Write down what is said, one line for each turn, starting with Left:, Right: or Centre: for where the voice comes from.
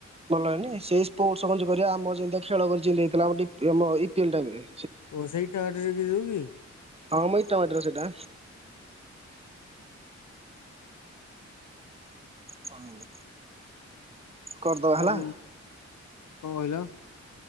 Right: ଭଲ ହେଇନି ସେଇ ସ୍ପୋର୍ଟସ ଗଞ୍ଜି କରିବା ଆମର ଯେମିତିଆ ଖେଳ ଗଞ୍ଜ୍ ଯିଏ ନେଇଥିଲା ମତେ ଏ ଆମ ଇପକେଲ୍ ଟାଇମ‌୍ ରେ।
Left: ଓହୋଃ ସେଇ କାର୍ଡ ରେ ବି ହଉଚି।
Right: ହଁ ମୁଁ ଏଇ ତଡ୍ ର ସେଇଟା। କଣ ମୋ କରଦବା ହେଲା।
Left: ଆଉ କଣ କହିଲ